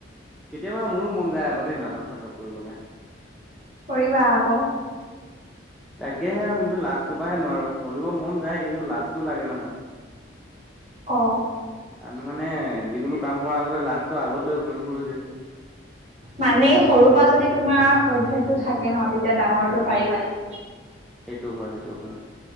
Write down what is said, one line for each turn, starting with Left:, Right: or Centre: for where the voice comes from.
Centre: কেতিয়াবা মোৰো মন যায় আকৌ দেই নাটক - চাটক কৰিবলে।
Right: কৰিবা আকৌ।
Centre: তাকেহে আৰু কিন্তু লাজটোৰ পৰাহে নোৱাৰো, কৰিব মন যায় কিন্তু লাজটো লাগে নহয়? <unintelligible>
Right: অ
Centre: আমি মানে যিকোনো কাম কৰাৰ আগতে লাজটো আগত লৈ ঘূৰি ফুৰোঁ যে?
Right: মানে সৰুৰ পৰা যদি তোমাৰ অভ্যাসটো থাকে ন তেতিয়া ডাঙৰটো
Centre: উম
Right: পাৰি মানে।
Centre: সেইটো হয় সেইটো হয়।